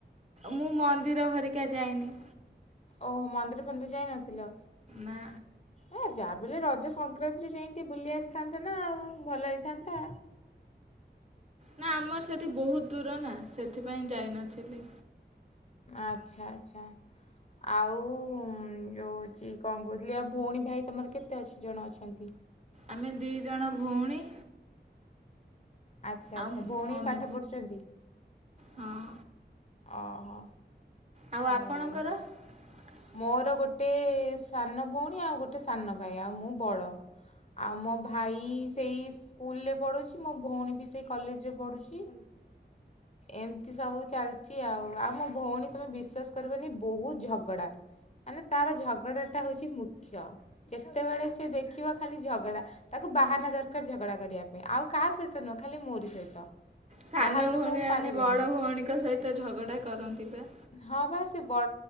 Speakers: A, on the right (about 40°); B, on the left (about 40°).
A: ମୁଁ ମନ୍ଦିର ହେରିକା ଯାଇନି।
B: ଓହୋ ମନ୍ଦିର ଫନ୍ଦିର ଯାଇନଥିଲ।
A: ନା।
B: ଏ ଯାହାଭି ହେଲେ ରଜ ସଂକ୍ରାନ୍ତିରେ ଯାଇକି ବୁଲି ଆସିଥାନ୍ତେ ନା ଆଉ ଭଲ ହେଇଥାନ୍ତା।
A: ନା ଆମର ସେଠି ବହୁତ ଦୂର ନା ସେଥିପାଇଁ ଯାଇନଥିଲି।
B: ଆଚ୍ଛା ଆଚ୍ଛା। ଆଉ ଯୋଉ ହେଉଛି କଣ କହୁଥିଲି ଆଉ ଭଉଣୀ ଭାଇ ତମର କେତେ ଅଛି ଜଣ ଅଛନ୍ତି?
A: ଆମେ ଦିଇ ଜଣ ଭଉଣୀ।
B: ଆଚ୍ଛା
A: ଆଉ
B: ଆଚ୍ଛା ଭଉଣୀ
A: ମମି
B: ପାଠ ପଢ଼ୁଛନ୍ତି?
A: ହଁ।
B: ଅ ହ
A: ଆଉ
B: ଭଲ।
A: ଆପଣଙ୍କର <inaudible>
B: ମୋର ଗୋଟେ ସାନ ଭଉଣୀ ଆଉ ଗୋଟେ ସାନ ଭାଇ ଆଉ ମୁଁ ବଡ଼। ଆଉ ମୋ ଭାଇ ସେଇ ସ୍କୁଲରେ ପଢ଼ୁଛି ମୋ ଭଉଣୀ ବି ସେଇ କଲେଜରେ ପଢ଼ୁଛି। ଏମିତି ସବୁ ଚାଲି ଚି ଆଉ ଆଉ ମୋ ଭଉଣୀ ତୁମେ ବିଶ୍ୱାସ କରିବନି ବହୁତ ଝଗଡ଼ା। ମାନେ ତାର ଝଗଡ଼ାଟା ହଉଛି ମୁଖ୍ୟ ଯେତେବେଳେ ସେ ଦେଖିବ ଖାଲି ଝଗଡ଼ା। ତାକୁ ବାହାନା ଦରକାର ଝଗଡା କରିବା ପାଇଁ ଆଉ କାହା ସହିତ ନୁହଁ ଖାଲି ମୋରି ସହିତ।
A: ସାନ
B: ବାହାର
A: ଭଉଣୀମାନେ
B: ଲୋକଙ୍କୁ ପାରିବନି
A: ବଡ଼ ଭଉଣୀଙ୍କ ସହିତ ଝଗଡ଼ା କରନ୍ତି ବା।
B: ହଁ ବା ସେ ବ